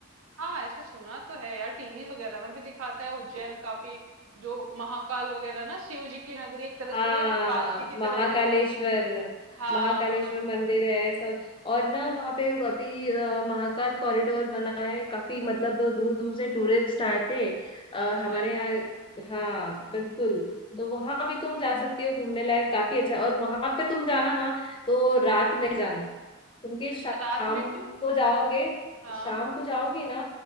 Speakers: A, on the right (about 80°); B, on the left (about 25°).
A: हाँ ऐसे सुना तो है यार टीवी वगैरह में भी दिखाता है उज्जैन काफी जो महाकाल वगैरह ना शिव जी की नगरी एक तरह
B: हाँ
A: से ना काशी की
B: महाकालेश्वर
A: तरह है वो हाँ
B: महाकालेश्वर
A: हाँ
B: मंदिर है सब और ना वहाँ पे अभी अ, महाकाल कॉरिडोर बना है काफी मतलब दूर दूर से टूरिस्ट आते हैं। और
A: अच्छा
B: हमारे यहाँ हाँ बिल्कुल तो वहां भी तुम जा सकती हो घूमने लायक काफी अच्छा और वहां पे तुम जाना ना तो रात में जाना तुम के
A: अच्छा
B: शाम
A: रात में क्यों
B: को जाओगे
A: हाँ
B: शाम को जाओगे ना